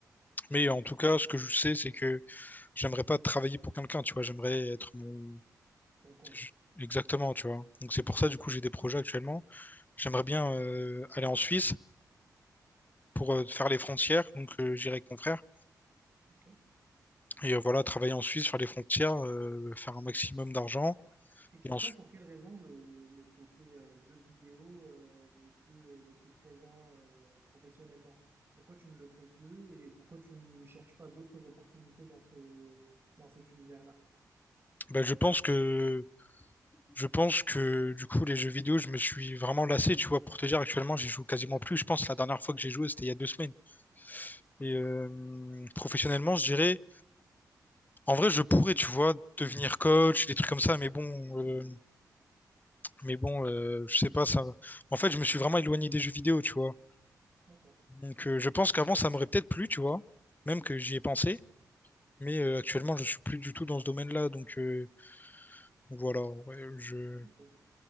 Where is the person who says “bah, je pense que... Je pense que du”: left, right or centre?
Left